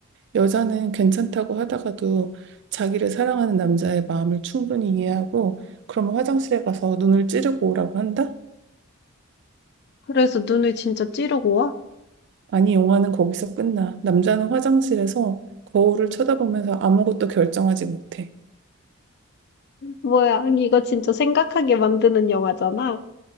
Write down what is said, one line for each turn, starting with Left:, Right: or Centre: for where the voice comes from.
Right: 여자는 괜찮다고 하다가도 자기를 사랑하는 남자의 마음을 충분히 이해하고 그러면 화장실에 가서 눈을 찌르고 오라고 한다?
Left: 그래서 눈을 진짜 찌르고 와?
Right: 아니, 영화는 거기서 끝나. 남자는 화장실에서 거울을 쳐다보면서 아무것도 결정하지 못해.
Left: 뭐야, 아니, 이거 진짜 생각하게 만드는 영화잖아.